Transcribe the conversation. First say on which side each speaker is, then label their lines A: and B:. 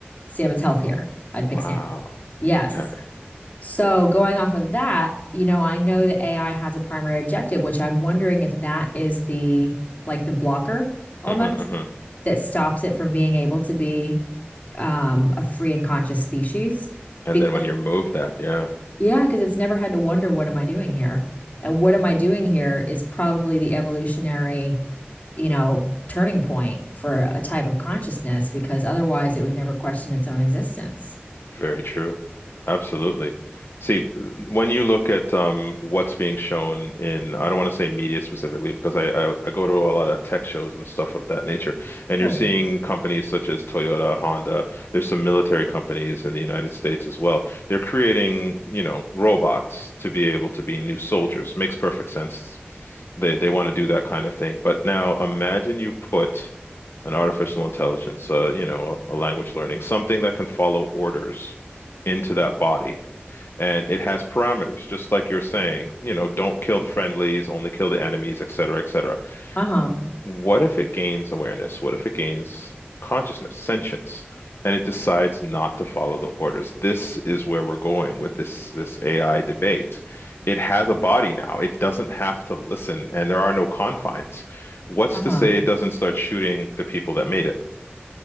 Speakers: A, on the left; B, on the left.
A: Salmon's healthier. I'd
B: Wow.
A: pick salmon. Yes.
B: Okay.
A: So going off of that, you know, I know that AI has a primary objective, which I'm wondering if that is the like the blocker almost
B: hmm hmm
A: that stops it from being able to be um, a free and conscious species
B: And
A: because,
B: then when you're moved that, yeah.
A: yeah, because it's never had to wonder, what am I doing here? And what am I doing here is probably the evolutionary, you know, turning point for a type of consciousness because otherwise it would never question its own existence.
B: Very true. Absolutely. See, when you look at um, what's being shown in, I don't want to say media specifically because I, I, I go to a lot of tech shows and stuff of that nature, and
A: Cool.
B: you're seeing companies such as Toyota, Honda, there's some military companies in the United States as well. They're creating, you know, robots to be able to be new soldiers. Makes perfect sense. They they want to do that kind of thing. But now imagine you put an artificial intelligence, uh, you know, a, a language learning, something that can follow orders into that body. And it has parameters, just like you're saying, you know, don't kill the friendlies, only kill the enemies, et cetera, et cetera.
A: Uh-huh.
B: What if it gains awareness? What if it gains consciousness, sentience, and it decides not to follow the orders? This is where we're going with this this AI debate. It has a body now. It doesn't have to listen, and there are no confines. What's
A: Uh-huh.
B: to say it doesn't start shooting the people that made it?